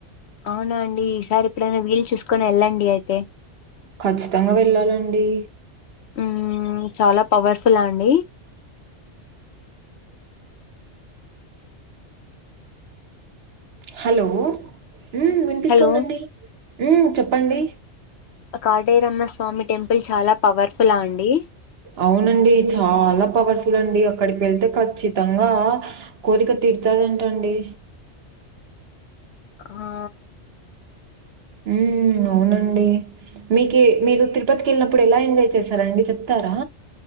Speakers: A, on the left; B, on the right.
A: అవునా అండి ఈసారి ఎప్పుడైనా వీలు చూసుకొని ఎళ్ళండి అయితే
B: ఖచ్చితంగా వెళ్ళాలండి
A: హ్మ్ చాలా పవర్ఫులా అండి
B: హలో హ్మ్ వినిపిస్తోందండి
A: హలో
B: హ్మ్ చెప్పండి
A: కాటేరమ్మ స్వామి టెంపుల్ చాలా పవర్ఫులా అండి.
B: అవునండి చాలా పవర్ఫుల్ అండి అక్కడికి వెళ్తే ఖచ్చితంగా. కోరిక తిరుతదటండి.
A: ఆ
B: ఉ అవునండి మీకె మీరు తిరుపతికి వెళ్ళినప్పుడు ఎలా ఎంజాయ్ చేశారా అండి చెప్తారా.